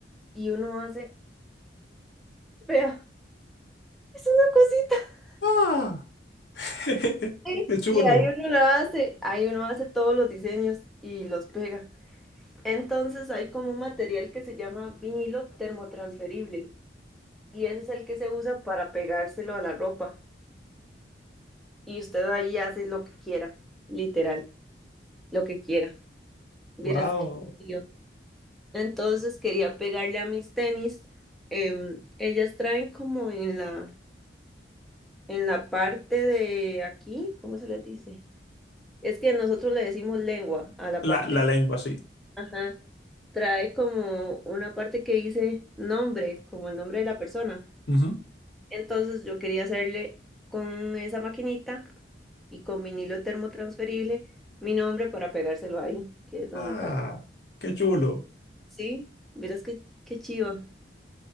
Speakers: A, in the centre; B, on the left.
A: Y uno hace, vea, es una cosita. <laughs>
B: Ah, <laughs>
A: Sí,
B: qué chulo.
A: Y ahí uno la hace, ahí uno hace todos los diseños y los pega. Entonces hay como un material que se llama vinilo termotransferible y ese es el que se usa para pegárselo a la ropa y usted ahí hace lo que quiera, literal, lo que quiera. Vieras
B: Wow,
A: que yo. Entonces quería pegarle a mis tenis. em, ellas traen como en la en la parte de aquí, ¿cómo se le dice? Es que nosotros le decimos lengua a la
B: la,
A: parte,
B: la lengua, sí.
A: ajá, trae como una parte que dice nombre, como el nombre de la persona.
B: Ujú.
A: Entonces yo quería hacerle con esa maquinita y con vinilo termotransferible mi nombre para pegárselo ahí, que es donde
B: Ah,
A: sale.
B: qué chulo.
A: Sí, verás qué qué chivo,